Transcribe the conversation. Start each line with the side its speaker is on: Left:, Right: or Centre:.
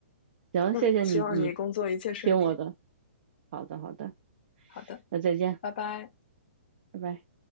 Right: 行，
Left: 嗯，
Right: 谢谢你，
Left: 希望你工作一切顺利。
Right: 你听我的，好的，好的，
Left: 好的，
Right: 那再见，
Left: 拜拜。
Right: 拜拜。